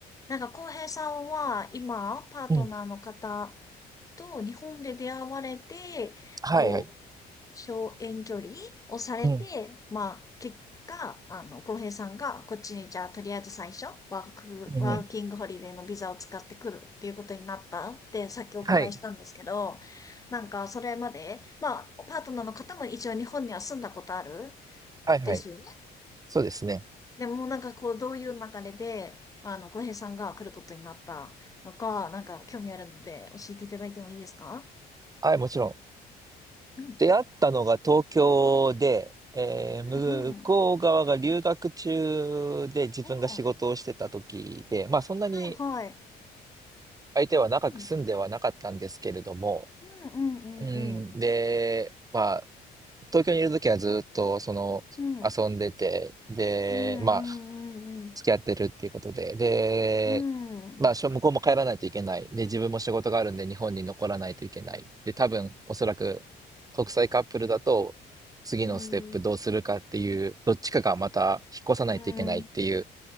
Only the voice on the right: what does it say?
うん。
はいはい。
うん。
うん。
はい。
はいはい。
そうですね。
はい、もちろん。
出会ったのが東京で、えー向こう側が留学中で自分が仕事をしてた時で、
まあそんなに
相手は長く住んではなかったんですけれども、
うん、
で、まあ東京にいる時はずっとその
遊んでて、で、
まあ、
付き合ってるっていうことで、で、
まあ、しょ向こうも帰らないといけない。で、自分も仕事があるんで日本に残らないといけない。で、多分、おそらく国際カップルだと、次のステップどうするかっていう、
どっちかがまた引っ越さないといけないっていう